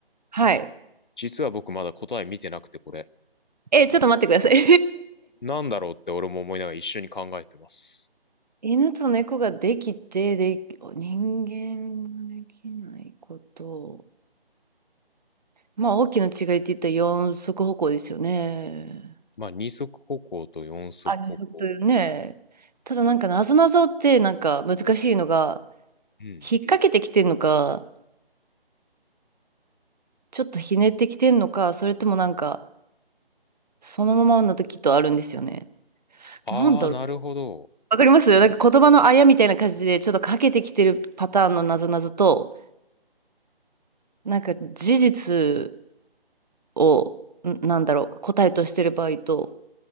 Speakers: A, on the right; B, on the left.
A: はい。
B: 実は僕まだ答え見てなくて、これ、
A: え、ちょっと待ってください。
B: なんだろうって俺も思いながら一緒に考えてます。
A: <laughs> 犬と猫ができて、で、人間ができないこと。まあ、大きな違いって言ったら四足歩行ですよね。
B: まあ、二足歩行と四足歩行。
A: あ、二足というね。ただなんかなぞなぞってなんか難しいのが、
B: うん。
A: 引っ掛けてきてんのか、ちょっとひねってきてんのか、それともなんか、そのままの時とあるんですよね。
B: ああ、
A: なんだろう。
B: なるほど。
A: わかりますなんか言葉のあやみたいな感じで、ちょっとかけてきてるパターンのなぞなぞと、なんか事実を、んなんだろう、答えとしてる場合と、